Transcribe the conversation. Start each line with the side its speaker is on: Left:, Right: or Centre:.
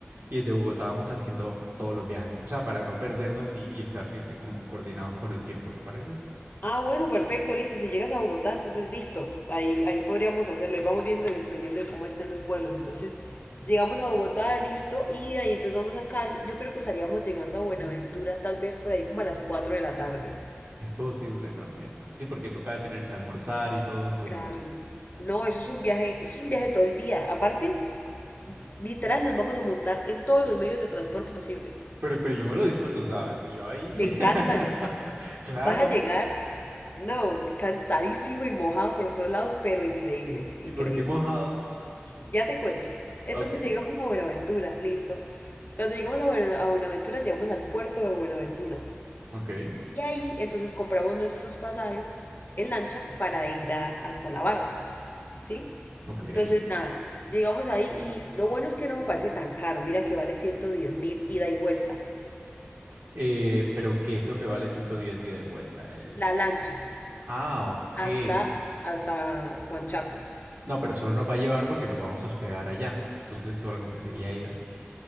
Right: Y desde Bogotá vamos haciendo todos los viajes, o sea, para no perdernos y, y estar siempre como coordinados con el tiempo, ¿te parece?
Left: Ah, bueno, perfecto, listo. Si llegas a Bogotá, entonces listo. Ahí, ahí podríamos hacerlo. Y vamos viendo dependiendo de cómo estén los vuelos. Entonces, llegamos a Bogotá, listo. Y de ahí entonces vamos a Cali. Yo creo que estaríamos llegando a Buenaventura tal vez por ahí como a las 4 de la tarde.
Right: Es posible también. Sí, porque toca detenerse a almorzar y todo, entonces
Left: Claro.
Right: sí.
Left: No, eso es un viaje, eso es un viaje todo el día. Aparte, literal, nos vamos a montar en todos los medios de transporte posibles.
Right: Pero, pero yo me lo disfruto, ¿sabes? Yo ahí.
Left: Me
Right: <laughs>
Left: encantan.
Right: Claro.
Left: Vas a llegar, no, cansadísimo y mojado por todos lados, pero increíble, increíble.
Right: ¿Y por qué mojado?
Left: Ya te cuento. Entonces
Right: Ok,
Left: llegamos a Buenaventura, listo. Cuando llegamos a Buena- a Buenaventura, llegamos al puerto de Buenaventura.
Right: ok,
Left: Y ahí entonces compramos nuestros pasajes en lancha para ir a- hasta la barra, ¿sí?
Right: ok.
Left: Entonces nada, llegamos ahí y lo bueno es que no me parece tan caro. Mira que vale ciento diez mil ida y vuelta.
Right: Eh, pero ¿qué es lo que vale 110 ida y vuelta? El...
Left: La lancha.
Right: ti- Ah, ok.
Left: hasta, hasta Juanchaco
Right: No, pero solo nos va a llevar porque nos vamos a hospedar allá. Entonces solamente sería ida.